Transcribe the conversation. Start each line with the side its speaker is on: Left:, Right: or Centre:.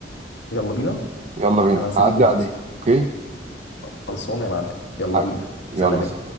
Left: يلا بينا
Right: يلا بينا
Left: انا مستنيك
Right: هعدي
Left: واتس
Right: عليك اوكي
Left: خلصانه يا معلم يلا
Right: حبيبي
Left: بينا
Right: يلا
Left: سلام